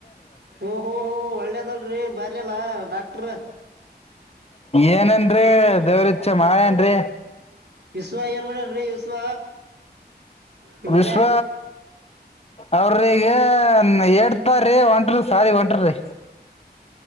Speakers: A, on the right; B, on the left.
A: ಓ ಹೋ ಹೋ ಒಳ್ಳೇದಲ್ರಿ ಬರಲ್ಲಾ ಡಾಕ್ಟ್ರ
B: ಏನೇನ್ರರಿ ದೇವ್ರಛ ಮಾಡೇನ್ರರಿ
A: ವಿಶ್ವ ಏನ್ ಮಾಡ್ಯನ್ರಿ ವಿಶ್ವ ಈ
B: ವಿಶ್ವ
A: ಮಳೆ
B: ಅವ್ರೀಗ ಹ ಹೇಡ್ತ ರೀ ಒಂ ಸಾರಿ ಒಂಟ್ರೀ